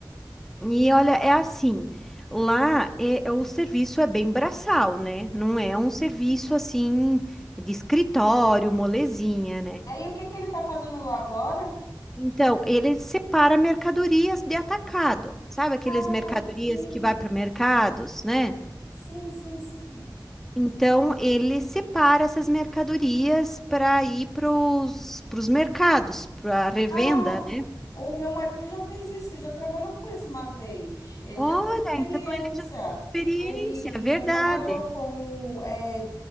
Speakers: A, in the centre; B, on the left (about 50°).
A: E olha, é assim, lá é- é o serviço é bem braçal, né? Não é um serviço assim de escritório, molezinha, né?
B: É, e o que que ele está fazendo lá agora?
A: Então, ele separa mercadorias de atacado, sabe aqueles
B: Ah,
A: mercadorias
B: sim.
A: que vai para mercados, né?
B: Sim, sim, sim.
A: Então, ele separa essas mercadorias para ir para os mercados, para revenda,
B: Ah,
A: né?
B: o meu marido já fez isso, já trabalhou com isso uma vez. Ele
A: Olha,
B: já tem experiência.
A: então ele já tem experiência,
B: Ele
A: é verdade.
B: já trabalhou como é, é,